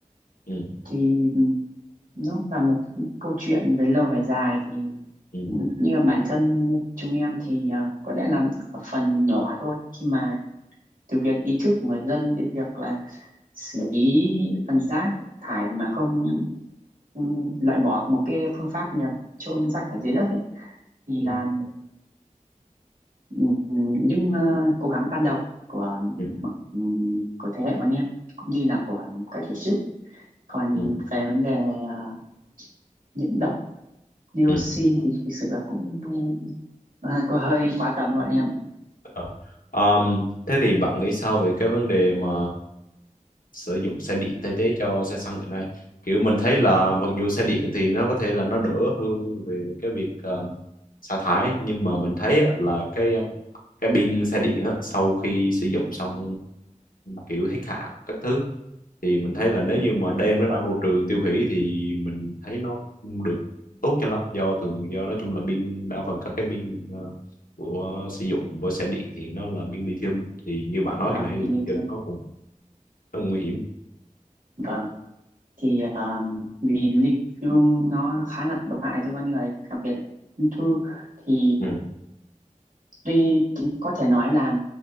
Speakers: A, on the left; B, on the right.
A: ừ,
B: thì nó là một câu chuyện về lâu về dài thì
A: ừ,
B: ừ, như bản thân chúng em thì ờ, có lẽ là ở phần nhỏ thôi khi mà từ việc ý thức của người dân đến việc là xử lý phần rác thải mà không ừ, loại bỏ một cái phương pháp như là chôn rác thải dưới đất ấy thì
A: ừ,
B: là
A: ừ,
B: Ừm, những ờ, cố gắng ban đầu của
A: ừ,
B: ừm, của thế hệ bọn em cũng như là của các tổ chức còn
A: ừ.
B: về vấn đề ờ, nhiễm độc dioxin
A: ừ.
B: thì thực sự là cũng ờ, có hơi quá tầm với bọn em
A: Ờ. Ờm, thế thì bạn nghĩ sao về cái vấn đề mà sử dụng xe điện thay thế cho xe xăng hiện nay? Kiểu mình thấy là mặc dù xe điện thì nó có thể là nó đỡ hơn về cái việc ờ, sa thải nhưng mà mình thấy á, là cái ờ, cái pin xe điện á, sau khi sử dụng xong kiểu hết hạn các thứ thì mình thấy là nếu như mà
B: à,
A: đem nó
B: vâng
A: ra môi trường tiêu hủy thì mình thấy nó không được tốt cho lắm do thường do nói chung là pin đa phần các cái pin ờ, của sử dụng với xe điện thì nó là pin lithium thì như bạn nói
B: vâng
A: khi nãy thì
B: thì
A: lithium
B: lê
A: nó cũng nó cũng nguy hiểm
B: vâng thì ờ, vì ly thương nó khá là độc hại cho con người đặc biệt là ung thư thì
A: ừ
B: tuy có thể nói là